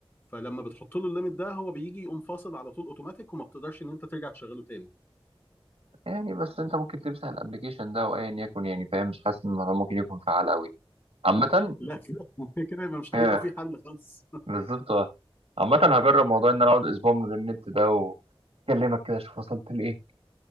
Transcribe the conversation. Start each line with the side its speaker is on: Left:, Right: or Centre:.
Left: فلما بتحط له الليميت ده هو بيجي يقوم فاصل على طول اوتوماتيك وما بتقدرش ان انت ترجع تشغله تاني
Right: يعني بس انت ممكن تمسح الابلكيشن ده وايا يكن يعني فاهم مش حاسس ان الموضوع ممكن يكون فعال قوي عامة
Left: لا كده <laughs> كده يبقى مش
Right: اه
Left: هيبقى في حل خالص <laughs>
Right: بالظبط اه عامة هجرب موضوع ان انا اقعد اسبوع من غير النت ده واكلمك كده اشوف وصلت لايه